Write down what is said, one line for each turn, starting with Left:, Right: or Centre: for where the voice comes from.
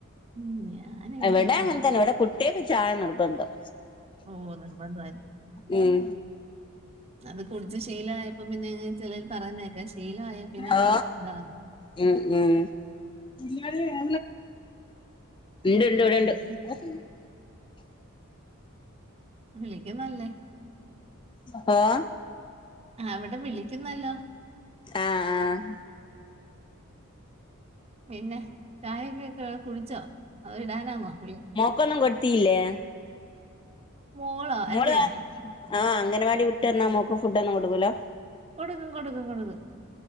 Right: <unintelligible>
Left: എവിടെ
Right: കുടിക്കാറ്
Left: അങ്ങനെ തന്നെ എവിടെ കുട്ടികൾക്ക് ചായ നിർബന്ധം.
Right: ഓ നിർബന്തായി.
Left: ഉം
Right: അത് കുടിച്ച് ശീലമായപ്പോ പിന്നെങ് ചിലർ പറയുന്നേക്കാ ശീലമായ പിന്നെങ്ങ്
Left: ഓ
Right: ഇതാന്ന്.
Left: ഉം ഉം <inaudible> ഉണ്ട്ണ്ട് ഇവിടെണ്ട്.
Right: വിളിക്കും
Left: <unintelligible>
Right: വിളിക്കുന്നല്ലേ.
Left: ഒഹ്.
Right: ആ അവിടെ വിളിക്കുന്നല്ലോ.
Left: ആഹ് ആഹ്.
Right: പിന്നെ ചായയൊക്കെ ക്കെ കുടിച്ചോ അത് ഇടാനാനോ വിളി
Left: <inaudible> കൊടുത്തിലേ
Right: മോളോ
Left: മോള്
Right: എന്റെയോ
Left: <inaudible> ആഹ് അംഗനവാടി വിട്ട് വന്ന മോൾക് ഫുഡ് ഒന്നും കൊടുക്കൂല്ല.
Right: കൊടുക്കും കൊടുക്കും കൊടുക്കും.